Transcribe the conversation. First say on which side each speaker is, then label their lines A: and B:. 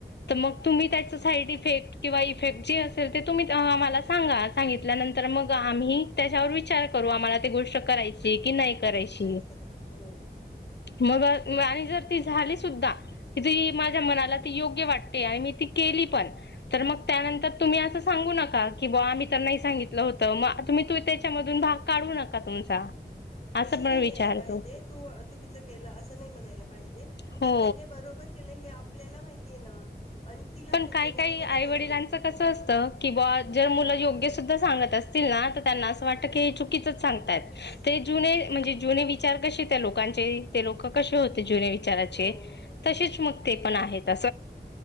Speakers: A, on the left (about 75°); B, on the left (about 35°).
A: तर मग तुम्ही त्याच साईड इफेक्ट किंवा इफेक्ट जे असेल ते तुम्ही तेव्हा आम्हाला सांगा सांगितल्यानंतर मग आम्ही त्याच्यावर विचार करू आम्हाला ते गोष्ट करायचिय की नाही करायची
B: नाही करायची हो
A: मग आणि जर झाली सुद्धा जी माझ्या मनाला त योग्य वाटते मी ती केली पण तर मग त्यानंतर तुम्ही असं सांगू नका का की बा आम्ही त्यांनाही सांगितलं होत मग तुम्ही तू त्याच्यामधून भाग काढू नका तुमचा असं
B: विषय
A: पण
B: नाही
A: विचारतो
B: घ्यायला पाहिजे तू चुकीचं केलं असं नाही म्हणायला पाहिजे
A: हो
B: जर त्यांनी बरोबर केलं हे आपल्याला माहितीय ना आणि तिला
A: पण
B: माहितीय
A: काय
B: ना
A: काय
B: तिने ते
A: आई
B: बरोबर
A: वडिलांचं
B: केले
A: कसं असतं कि बा जर मुलं योग्य सुद्धा सांगत असतील ना तर त्यांना असं वाटतं की चू कीच सांगतात
B: चुकीचच सांगते हा
A: म्हणजे जून विचार कसे त्या लोकांचे ते लोक कसे होते जुने विचारा
B: हो हो
A: तच मग ते पण आहेत